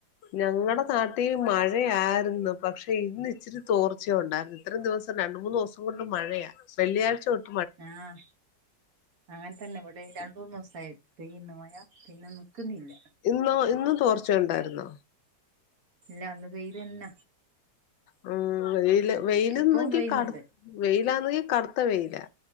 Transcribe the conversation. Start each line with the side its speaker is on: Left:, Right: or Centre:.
Left: ഞങ്ങളടെ നാട്ടിൽ മഴയായിരുന്നു പക്ഷെ ഇന്ന് ഇച്ചിരി തോർച്ച ഉണ്ടായിരുന്നു ഇത്രം ദിവസം രണ്ട് മൂന്ന് ദിവസം കൊണ്ട് മഴയാ വെള്ളിയാഴ്ച തൊ
Right: ആഹ് അങ്ങനെ തന്നെ ഇവിടെ രണ്ട്, മൂന്ന് ദിവസായി. പെയ്യുന്ന് മഴ പിന്നെ നിക്കുന്നില്ല.
Left: ഇന്നോ ഇന്ന് തോർച്ചയുണ്ടായിരുന്നോ?
Right: ഇല്ലന്ന് വെയിലെന്ന
Left: ഉം വെയില് വെയില്ന്നെങ്കി
Right: ഇപ്പവും പെയ്യുന്നുണ്ട്
Left: കടു വെയിലാന്നെങ്കി കടുത്ത വെയിലാ